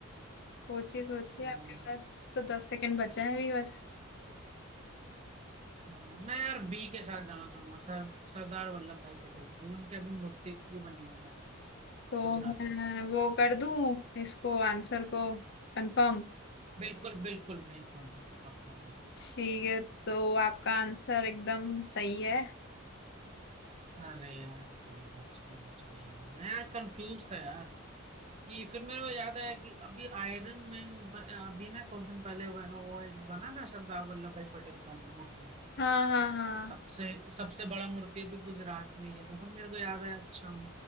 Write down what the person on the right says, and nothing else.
तो
हाँ, मैं यार बी के साथ जाना चाहूंगा सर सरदार वल्लभ भाई पटेल की उनकी अभी मूर्ति भी बनी है उधर
गुजरात
में
बिल्कुल बिल्कुल बिल्कुल बिल्कुल आप कर दो
अरे यार चलो बच गए बच गए मैं यार कंफ्यूज था यार कि फिर मेरे को याद आया कि अभी आयरन मैन ब- अभी ना कुछ दिन पहले वो वो एक बना ना सरदार वल्लभ भाई पटेल का मूर्ति
सबसे सबसे बड़ा मूर्ति अभी गुजरात में ही है तो फिर मेरे को याद आया अच्छा